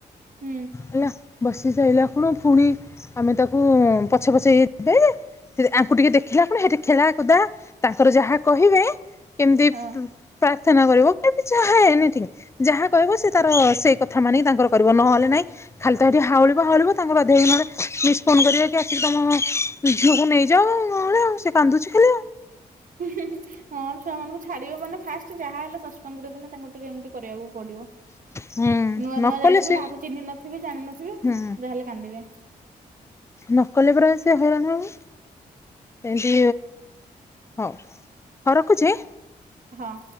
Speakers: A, on the right (about 50°); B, on the left (about 15°).
A: ହୁଁ।
B: ହେଲା ବସି ସାଇଲା ଖୁଣୁ ପୁଣି ଆମେ ତାକୁ ପଛେ ପଛେ ଏତେ ସେ ଆଙ୍କୁ ଟିକେ ଦେଖିଲା ଖୁଣୁ ହେଠି ଖେଳା କୁଦା ତାଙ୍କର ଯାହା କହିବେ କେମିତି
A: ହଁ
B: ପ୍ରାର୍ଥନା କରିବ <inaudible> ଯାହା ଏନିଥିଙ୍ଗ ଯାହା କହିବ ସେ ତାର ସେଇ କଥା ମାନି ତାଙ୍କର କହିବ ନହଲେ ନାଇଁ ଖାଲି ତ ଟିକି ହାଉଉଳିବ ହାଉଉଳିବ ତାଙ୍କ ବାଧ୍ୟ ହେଇକି ନହେଲେ ମିସ୍ ଫୋନ୍ କରିବା କି ଆସିକି ତମ ଝିଅକୁ ନେଇଯାଅ ନହେଲେ ଆଉ ସେ କାନ୍ଦୁଚି ଖାଲି ଆଉ।
A: ହଁ ଛୁଆ ମାନଙ୍କୁ ଛାଡିବ ମାନେ ଫାଷ୍ଟ ଯାହା ହେଲେ ଦଶ ପନ୍ଦର ଦିନ ତାଙ୍କୁ ଟିକେ ଏମିତି କରିବାକୁ ପଡିବ।
B: ହୁଁ
A: ନୂଆ
B: ନକଲେ
A: ନୂଆ ଯାଇଥିବେ
B: ସେ
A: କାହାକୁ ଚିହ୍ନି ନଥିବେ ଜାଣିିନଥିବେ
B: ହୁଁ
A: ଯାହାହେଲେ କାନ୍ଦିବେ।
B: ନକଲେ ପରା ସେ ହଇରାଣ ହବ। ଏମତି ହଉ ହଉ ରଖୁଚି।
A: ହଁ।